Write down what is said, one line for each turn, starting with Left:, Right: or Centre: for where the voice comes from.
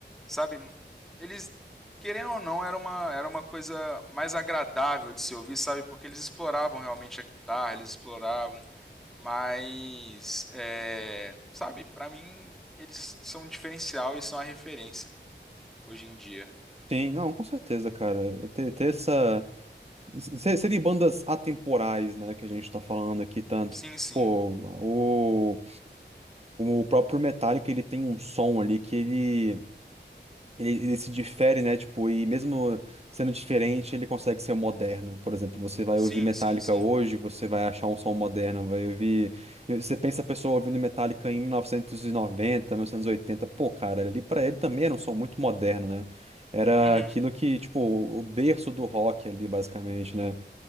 Centre: sabe, eles querendo ou não era uma era uma coisa mais agradável de se ouvir, sabe, porque eles exploravam realmente a guitarra, eles exploravam, mas, é, sabe, para mim eles são um diferencial e são a referência hoje em dia.
Right: Sim, não, com certeza, cara. É Ter, ter essa. se- Serem bandas atemporais, né, que a gente tá falando aqui tanto.
Centre: Sim, sim.
Right: Pô, o, o próprio Metallica, ele tem um som ali que ele. Ele, ele se difere, né? Tipo, e mesmo sendo diferente, ele consegue ser moderno. Por exemplo, você vai
Centre: Sim,
Right: ouvir Metallica
Centre: sim, sim.
Right: hoje, você vai achar um som moderno, vai ouvir. Você pensa a pessoa ouvindo Metallica em 1990, 1980. Pô, cara, ali pra ele também era um som muito moderno, né? Era
Centre: Uhum.
Right: aquilo que, tipo, o berço do rock ali, basicamente, né?